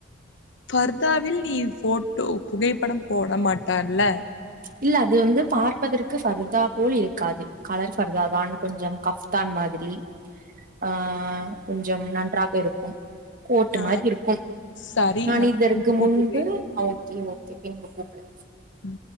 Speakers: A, on the left; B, on the right.
A: ஃப்ர் த்தாவில் நீ ஃபோட்டோ புகைப்படம் போட மாட்டால்ல
B: இல்ல அது வந்து பார்ப்பதற்கு ஃப்ர்தா போல் இருக்காது கலர் ஃப்ர்தாதான் கொஞ்சம் கஃப்தான் மாதிரி ஆ கொஞ்சம் நன்றாக இருக்கும் கோட்
A: ஆ
B: மாரி இருக்கும்
A: சரி
B: நான் இதற்கு
A: பின்பு
B: முன்பு
A: கூப்பிடுறேன்
B: அ ஓகே ஒ செக்கின்க்கு கூப்புடு
A: ம்